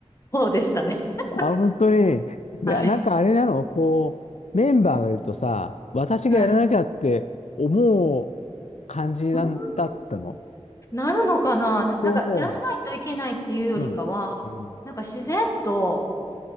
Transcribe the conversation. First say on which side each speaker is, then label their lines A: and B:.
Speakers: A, on the left; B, on the left.
A: 方でしたね。<laughs>
B: あ、本当に。で、
A: はい。
B: なんかあれなのこう、メンバーがいるとさ、私がやらなきゃって思う
A: はい。
B: 感じなんだったの
A: そうなるのかななんか、
B: そ
A: やらないといけないっていうよりかは、
B: う。うん。うん。
A: なんか自然と、